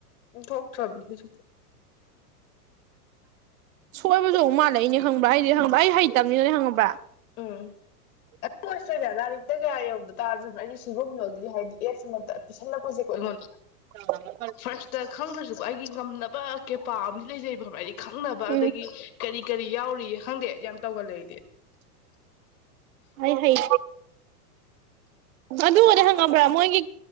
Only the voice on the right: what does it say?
ꯁꯣꯏꯕꯗꯛ ꯃꯥꯜꯂꯛꯏꯅꯦ ꯈꯪꯕ꯭ꯔꯥ ꯍꯥꯏꯗꯤ ꯍꯪꯕ꯭ꯔ ꯑꯩ ꯍꯩꯇꯕꯅꯤꯅꯅꯦ ꯍꯪꯉꯕ꯭ꯔ
ꯎ
ꯎꯝ
ꯑ ꯍꯩ ꯑꯗꯨꯅꯦ ꯍꯪꯉꯝꯕ꯭ꯔꯥ ꯃꯣꯏꯒꯤ